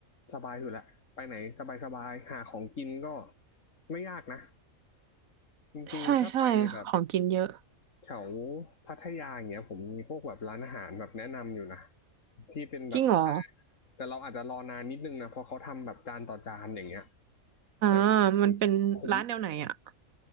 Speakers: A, on the left (about 65°); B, on the right (about 80°).
A: สบายอยู่แล้วไปไหนสบายๆหาของกินก็ไม่ยากนะ จริงๆ
B: ใช่ใช่ของกินเยอะ
A: ถ้าไปแบบแถวพัทยาอย่างเงี้ยผมมีพวกแบบร้านอาหารแบบแนะนำอยู่นะที่เป็นแบบแต่
B: จริงเหรอ
A: แต่เราอาจจะรอนานนิดนึงนะเพราะเขาทำแบบจานต่อจานอย่างเงี้ย
B: อ่า
A: แต่คือ
B: มันเป็นร้านแนวไหนอ่ะ
A: คุ้ม